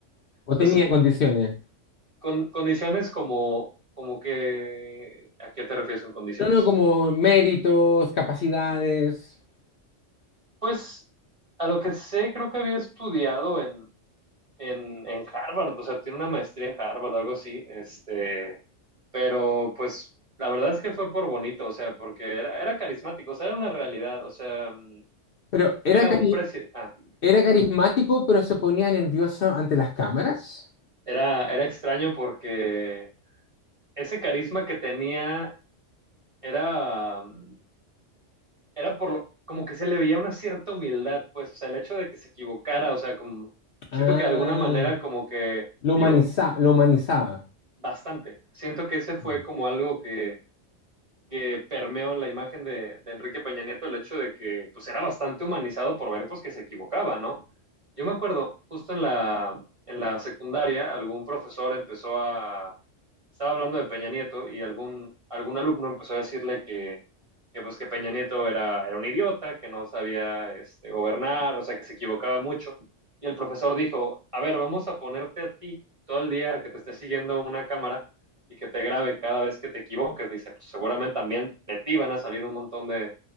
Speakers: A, on the left; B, on the right.
A: ¿O
B: pues
A: tenía condiciones?
B: con condiciones como, como que, ¿a qué te refieres con condiciones?
A: No, no, como méritos, capacidades.
B: Pues a lo que sé, creo que había estudiado en, en, en Harvard, o sea, tiene una maestría en Harvard, algo así, este, pero pues la verdad es que fue por bonito, o sea, porque era, era carismático, o sea, era una realidad, o sea, mm,
A: Pero era
B: era
A: cari-
B: un precio, ah,
A: era
B: ujú.
A: carismático, pero se ponía nervioso ante las cámaras.
B: era, era extraño porque ese carisma que tenía era, mm, era por lo, como que se le veía una cierta humildad, pues, o sea, el hecho de que se equivocara, o sea, como, siento
A: Ah.
B: que de alguna manera como que...
A: Lo
B: Digo,
A: humaniza, lo humanizaba.
B: bastante. Siento que ese fue
A: Ujú.
B: como algo que, que permeó en la imagen de, de Enrique Peña Nieto, el hecho de que pues era bastante humanizado por ver pues que se equivocaba, ¿no? Yo me acuerdo, justo en la, en la secundaria, algún profesor empezó a, estaba hablando de Peña Nieto y algún, algún alumno empezó a decirle que, que, pues que Peña Nieto era, era un idiota, que no sabía este, gobernar, o sea, que se equivocaba mucho. Y el profesor dijo, a ver, vamos a ponerte a ti todo el día que te esté siguiendo una cámara y que te grabe cada vez que te equivoques, dice, pues seguramente también de ti van a salir un montón de,